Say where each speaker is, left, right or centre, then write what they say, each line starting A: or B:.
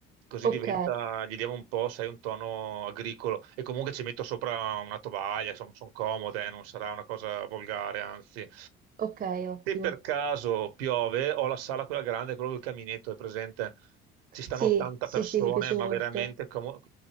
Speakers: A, on the right; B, on the right.
A: Così
B: Ok,
A: diventa, gli diamo un po', sai, un tono agricolo. E comunque ci metto sopra una tovaglia, sono, comode, eh, non sarà una cosa volgare, anzi.
B: ok, ottimo.
A: Se per caso piove, ho la sala quella grande, quello del caminetto, è presente? Ci stanno
B: Sì,
A: 80
B: sì,
A: persone,
B: sì, mi piace
A: ma
B: molto.
A: veramente comodo.